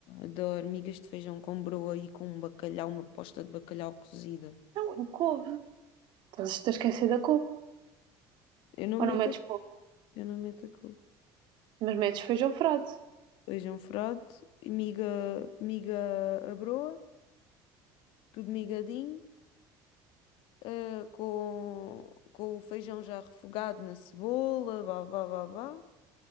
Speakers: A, on the left (about 70°); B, on the right (about 55°).
A: Adoro migas de feijão com broa e com um bacalhau, uma posta de bacalhau cozida.
B: Não, e couve. Estás a esquecer da couve.
A: Eu não
B: Ou
A: meto
B: não metes
A: a couve,
B: couve,
A: eu não meto a couve.
B: mas metes feijão frade.
A: Feijão frade, e miga, miga à broa, tudo migadinho, eh, com, com o feijão já refogado na cebola, bá, bá, bá, bá,